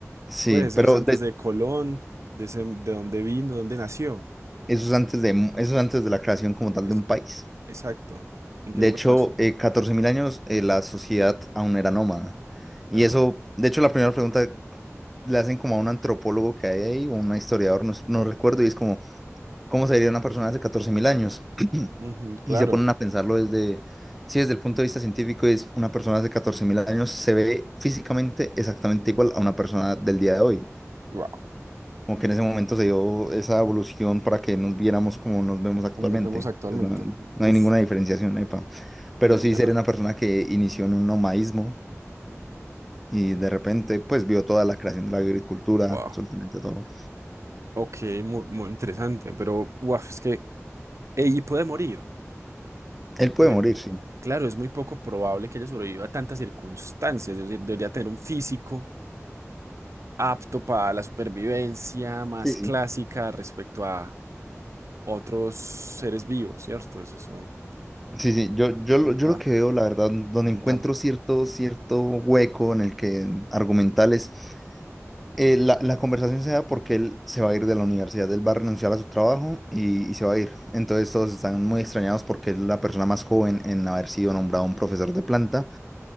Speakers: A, in the centre; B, on the right.
A: Sí,
B: Pues
A: pero
B: eso es antes
A: de-
B: de Colón, de, ese- de dónde vino, dónde nació.
A: eso es antes de, eso es antes de la creación como tal
B: Es-
A: de un país.
B: exacto. ¿En qué
A: De
B: lugar
A: hecho,
B: nació?
A: eh, catorce mil años eh, la sociedad aún era nómada. Y
B: Ajá.
A: eso, de hecho, la primera pregunta le hacen como a un antropólogo que hay ahí, o un historiador, no, es- no recuerdo, y es como, ¿cómo sería una persona hace 14.000 años? <clears throat>
B: Ujú, claro.
A: Y se ponen a pensarlo desde, sí, desde el punto de vista científico, es una persona hace 14.000 años se ve físicamente exactamente igual a una persona del día de hoy.
B: Wow.
A: Como que en ese momento se dio esa evolución para que nos viéramos como nos vemos actualmente.
B: Como nos vemos actualmente.
A: Pues no, no
B: Uf.
A: hay ninguna diferenciación, epa. Pero
B: Claro.
A: sí ser una persona que inició en un nomadismo y de repente pues vio toda la creación de la agricultura,
B: Wow.
A: absolutamente todo.
B: Ok, muy, muy interesante, pero guau, es que ella puede morir,
A: Él
B: porque
A: puede morir, sí.
B: claro, es muy poco probable que ella sobreviva a tantas circunstancias, es decir, debería tener un físico apto para la supervivencia más
A: Sí, sí.
B: clásica respecto a otros seres vivos, ¿cierto? Eso es un-
A: Sí, sí. Yo, yo,
B: complicado,
A: lo- yo lo que veo, la verdad, donde
B: contame.
A: encuentro cierto, cierto hueco en el que argumentales, eh, la, la conversación se da porque él se va a ir de la universidad, él va a renunciar a su trabajo y, y se va a ir. Entonces todos están muy extrañados porque es la persona más joven en haber sido nombrado un profesor de planta